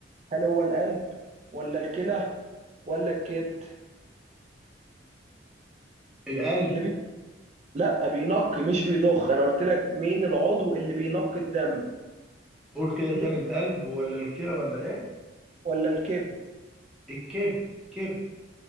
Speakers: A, on the right; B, in the centre.
A: هل هو القلب ولا الكلى ولا الكبد
B: القلب
A: اللي بي... لا بينقي مش بيضخ انا قلت لك مين العضو اللي بينقي الدم
B: قول كده تاني
A: الكلى
B: القلب ولا الكلى ولا ايه
A: ولا الكبد
B: الكبد الكبد